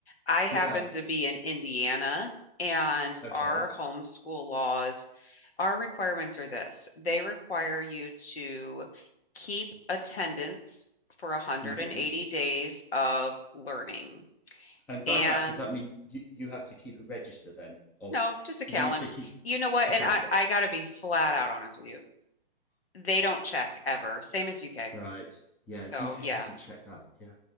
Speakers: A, on the left (about 80°); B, in the centre.
A: I happen
B: yeah,
A: to be in Indiana, and
B: okay.
A: our homeschool laws our requirements are this. They require you to keep attendance for 180
B: hmm
A: days of learning
B: And by
A: and
B: that, does that mean you, you have to keep a register then of
A: no, just a calendar.
B: when you say keep
A: You know what?
B: a
A: And
B: calendar?
A: I, I gotta be flat out honest with you. They don't check ever, same as UK.
B: Right. Yeah,
A: So
B: UK
A: yeah.
B: doesn't check that. Yeah.